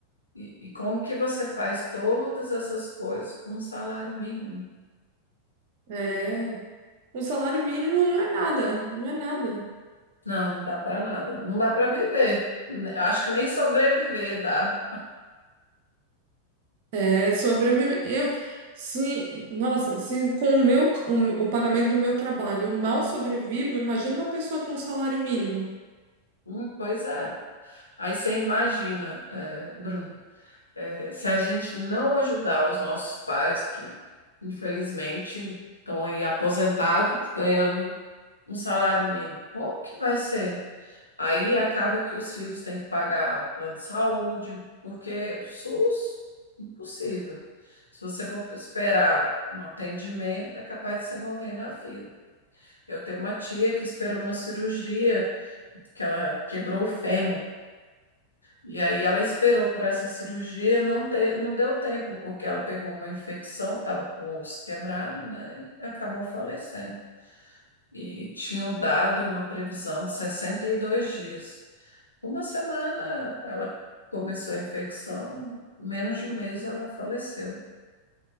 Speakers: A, on the left; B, on the right.
A: E, e como que você faz todas essas coisas com um salário mínimo?
B: É. Um salário mínimo não é nada, não é nada.
A: Não, não dá para nada. Não dá para viver. Ne- Acho que nem sobreviver dá.
B: É sobreviver. Eu, se, nossa, se com o meu, o, o pagamento do meu trabalho eu mal sobrevivo, imagina uma pessoa com um salário mínimo.
A: Hum, pois é. Aí você imagina, é, Bruno, é, se a gente não ajudar os nossos pais, que infelizmente estão aí aposentados, ganhando um salário mínimo, como que vai ser? Aí acaba que os filhos têm que pagar plano de saúde, porque o SUS, impossível. Se você for esperar um atendimento, é capaz de você morrer na fila. Eu tenho uma tia que esperou uma cirurgia, que ela quebrou o fêmur. E aí ela esperou por essa cirurgia, não, te, não deu tempo, porque ela pegou uma infecção, estava com o osso quebrado, né? E acabou falecendo. E tinham dado uma previsão de 62 dias. Uma semana ela começou a infecção, menos de um mês ela faleceu.